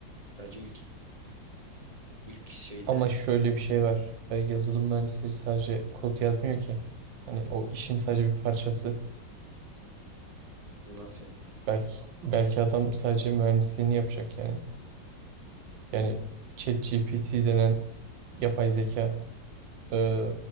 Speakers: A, on the right; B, on the right.
A: Bence ilk ilk şeyde
B: Ama şöyle bir şey var. E, Yazılım mühendisleri sadece kod yazmıyor ki. Hani o işin sadece bir parçası.
A: Ya Nasıl yani?
B: Belki belki adam sadece mühendisliğini yapacak yani. Yani ChatGPT denen yapay zeka e,